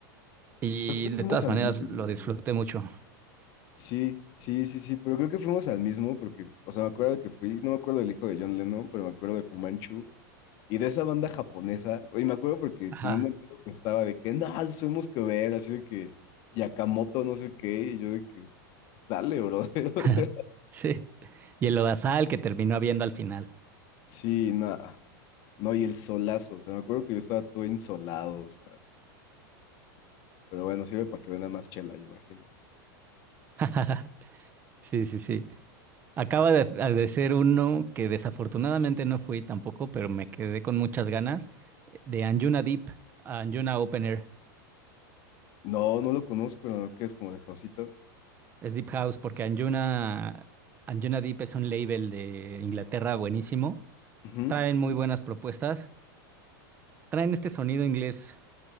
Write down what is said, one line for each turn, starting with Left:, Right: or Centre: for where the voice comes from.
Right: Y
Left: Creo que
Right: de
Left: fuimos
Right: todas
Left: al
Right: maneras
Left: mismo,
Right: lo
Left: ¿no?
Right: disfruté mucho.
Left: Sí, sí, sí, sí, pero creo que fuimos al mismo porque, o sea, me acuerdo que fui, no me acuerdo del hijo de John Lennon, pero me acuerdo de Fumanchu y de esa banda japonesa, y me acuerdo porque tenía
Right: Ajá.
Left: un amigo que estaba de que, no, los tenemos que ver, así de que Yakamoto, no sé qué, y yo de que, pues dale, brother, <laughs> o
Right: <laughs>
Left: sea,
Right: Sí. Y el lodazal que terminó habiendo al final.
Left: sí, nada, no, y el solazo, o sea, me acuerdo que yo estaba todo insolado, o sea, pero bueno, sirve para que venda más chela, yo imagino.
Right: <laughs> Sí, sí, sí. Acaba de, de ser uno que desafortunadamente no fui tampoco, pero me quedé con muchas ganas eh, de Anjuna Deep, Anjuna Open Air.
Left: No, no lo conozco, ¿no? Que es como de Jausito.
Right: Es Deep House porque Anjuna, Anjuna Deep es un label de Inglaterra buenísimo.
Left: Ujú.
Right: Traen muy buenas propuestas. Traen este sonido inglés